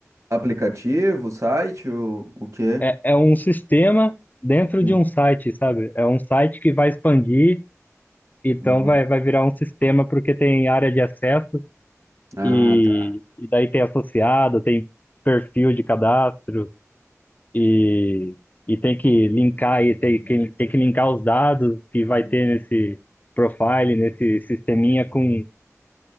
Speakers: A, on the right; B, on the left.
A: aplicativo, site, o, o quê?
B: É, é um sistema dentro
A: Hum,
B: de um site, sabe? É um site que vai expandir, então
A: uhum.
B: vai, vai virar um sistema porque tem área de acesso
A: Ah,
B: e,
A: tá.
B: e daí tem associado, tem perfil de cadastro e, e tem que linkar e tem, que- tem que linkar os dados que vai ter nesse profile, nesse sisteminha com